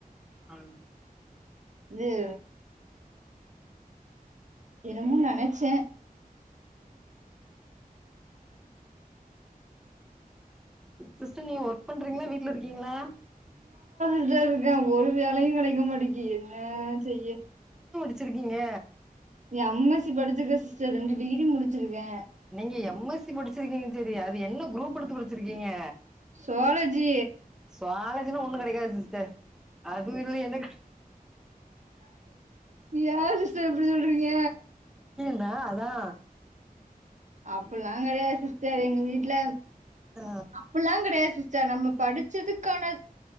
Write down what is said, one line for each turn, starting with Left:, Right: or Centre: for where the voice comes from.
Centre: அஹ்
Right: இது என்னமோ நெனைச்ச
Centre: சிஸ்டர் நீங்க ஒர்க் பண்றிங்ளா வீட்ல இருக்கிங்ளா
Right: தா இருக்க ஒரு வேலயு கெடைக்க மாட்டிக்கு என்ன செய்ய
Centre: ச்சிருக்கீங்க.
Right: எம்எஸ்சி படிச்சிருக்கே சிஸ்டர் ரெண்டு டிகிரி முடிச்சிருக்கே
Centre: நீங்க எம் எஸ் சி படிச்சிருக்கீங்க சரி அது என்ன குரூப்பெடுத்து படிச்சிருகிங்க
Right: சுவாலஜி
Centre: சுவாலஜினா ஒண்ணு கெடக்காது சிஸ்டர் அதுவு இல்லினா
Right: ஏ சிஸ்டர் இப்டி சொல்றீங்க
Centre: அஹ் அதா
Right: அப்பில்லா கெடயாது சிஸ்டர் எங்க வீட்ல
Centre: ஆ
Right: அப்புல்லா கெடயாது சிஸ்டர் நம்ம படிச்சதுக் க்கான